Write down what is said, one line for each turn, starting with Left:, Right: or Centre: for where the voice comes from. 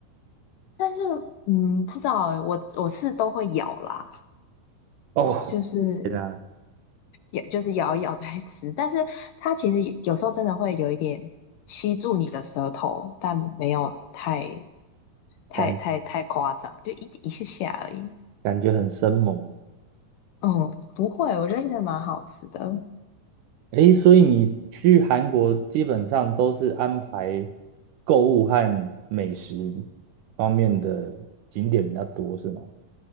Left: 但是嗯，不知道欸我我是都会咬啦，
Right: 哦，
Left: 就是
Right: 对啊，
Left: 也就是咬一咬再吃，但是它其实有有时候真的会有一点吸住你的舌头，但没有太太太太夸张，
Right: 感
Left: 就一一下下而已。
Right: 感觉很生猛。
Left: 嗯，不会，我觉得真的蛮好吃的。
Right: 诶，所以你去韩国基本上都是安排购物和美食方面的景点比较多，是吗？